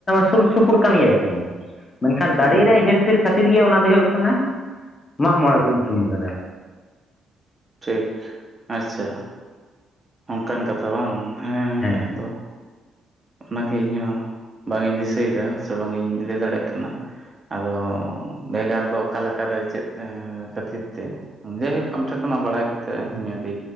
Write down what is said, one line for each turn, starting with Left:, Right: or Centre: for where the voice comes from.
Left: ᱥᱩᱨ ᱥᱩᱯᱩᱨ ᱠᱟᱱ ᱜᱮᱭᱟ ᱠᱤᱱ, ᱢᱮᱱᱠᱷᱟᱱ ᱫᱟᱲᱮ
Right: ᱦᱩᱸ
Left: ᱨᱮᱭᱟᱜ ᱦᱮᱨ-ᱯᱷᱮᱨ ᱠᱷᱟᱹᱛᱤᱨ ᱠᱷᱟᱹᱛᱤᱨ ᱜᱮ ᱚᱱᱟ ᱫᱚ ᱦᱩᱭᱩᱜ ᱠᱟᱱᱟ ᱢᱟᱜ ᱢᱚᱬᱮ ᱵᱚᱱ ᱧᱩᱛᱩᱢ ᱠᱟᱫᱟ᱾
Right: ᱴᱷᱤᱠ, ᱟᱪᱷᱟ ᱚᱱᱠᱟᱱ ᱠᱟᱛᱷᱟ ᱵᱟᱝ ᱦᱮᱸ᱾
Left: ᱦᱮᱸ
Right: ᱟᱫᱚ ᱚᱱᱟ ᱜᱮ ᱤᱧᱦᱚᱸ ᱵᱟᱝ ᱤᱧ ᱫᱤᱥᱟᱹᱭᱮᱫᱟ ᱥᱮ ᱵᱟᱝ ᱤᱧ ᱞᱟᱹᱭ ᱫᱟᱲᱮᱭᱟᱜ ᱠᱟᱱᱟ᱾ ᱟᱫᱚ ᱵᱷᱮᱜᱟᱨ ᱫᱚ ᱚᱠᱟ ᱞᱮᱠᱟ ᱨᱮ ᱪᱮᱫ ᱠᱷᱟᱹᱛᱤᱨ ᱛᱮ᱾ ᱡᱟᱭᱦᱳᱠ ᱟᱢ ᱴᱷᱮᱱ ᱠᱷᱚᱱᱟᱜ ᱵᱟᱲᱟᱭ ᱠᱟᱛᱮᱫ ᱤᱧ ᱟᱹᱰᱤ